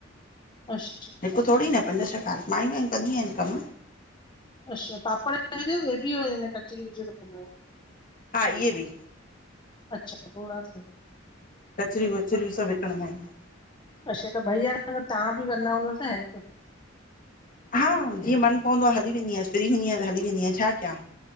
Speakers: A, on the left (about 25°); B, on the left (about 45°).
A: अच्छा।
B: हिकु थोरी न पंज छह कार, मायूं आहिन कंदियूं आहिनि कम।
A: अच्छा पापड़ <unintelligible> बि कचरी वचरियूं रखंदा आहियो?
B: हा इहे बि।
A: अच्छा धोड़ा सां।
B: कचरियूं वचरियूं सभु विकणंदा आहियूं।
A: अच्छा त ॿई आह न तव्हां बि कंदा हूंदव न हेल्प?
B: हा जीअं मन पवंदो आ हली वेंदी आहियां, फ्री हूंदी आयां त हली वेंदी आयां छा कया।